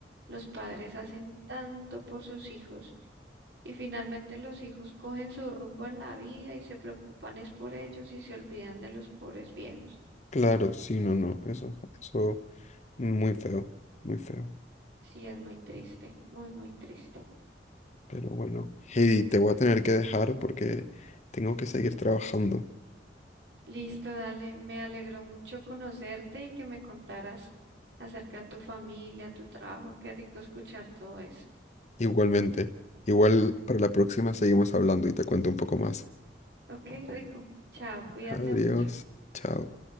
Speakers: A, on the right; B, on the left.
A: los padres hacen tanto por sus hijos Y finalmente los hijos cogen su rumbo en la vida y se preocupan es por ellos y se olvidan de los pobres viejos.
B: Claro, sí, no, no, eso, eso muy feo, muy feo.
A: Sí, es muy triste, muy, muy triste.
B: Pero bueno, Heidi, te voy a tener que dejar porque tengo que seguir trabajando.
A: Listo, dale. Me alegró mucho conocerte y que me contaras acerca de tu familia, tu trabajo. Qué rico escuchar todo eso.
B: Igualmente. Igual para la próxima seguimos hablando y te cuento un poco más.
A: Ok, rico. Chao, cuídate
B: Adiós.
A: mucho.
B: Chao.